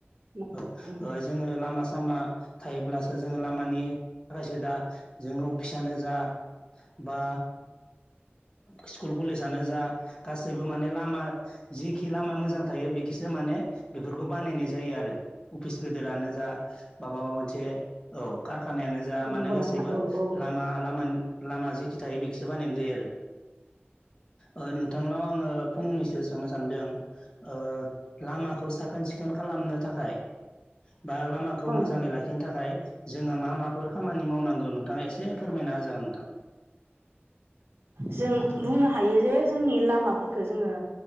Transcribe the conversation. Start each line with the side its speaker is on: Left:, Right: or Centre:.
Right: ओं
Left: औ
Right: नोंथां
Left: जोङो लामा सामा थायोब्लासो जोङो लामानि थाखायसो दा जोङो अफिसानो जा बा स्कुल कलेजानो जा गासैबो माने लामा जिखि लामा मोजां थायो बेखिसो माने बे बानायनाय जायो आरो अफिस गोदोरानो जा बा माबा मोनसे ओ खारखाना खानायानो जा
Right: औ
Left: मानोे
Right: नंगौ
Left: गासैबो
Right: नोंथां औ औ
Left: लामा लामानि लामा जेखि थायो बेखिसो बानायनाय जायो आरो ओ नोंथांनाव आङो फंनैसो सोंनो सानदों ओ लामाखौ साखोन सिखोन खालामनो थाखाय बा लामाखौ
Right: औ
Left: मोजाङै
Right: नंगौ
Left: लाखिनो थाखाय जोङो मा माफोर खामानि मावनांगौ नोंथाङा एसे फोरमायना होजागोन नोंथां।
Right: जों बुंनो हायो जे जोंनि लामाफोरखो जोङो